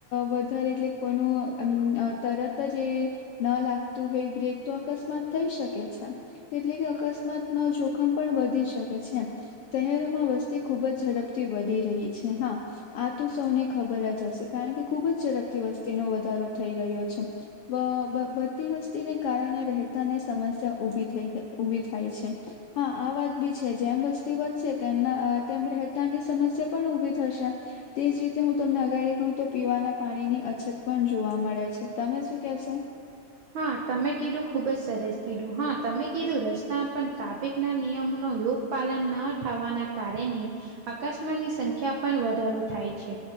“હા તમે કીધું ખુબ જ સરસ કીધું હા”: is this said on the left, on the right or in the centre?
Right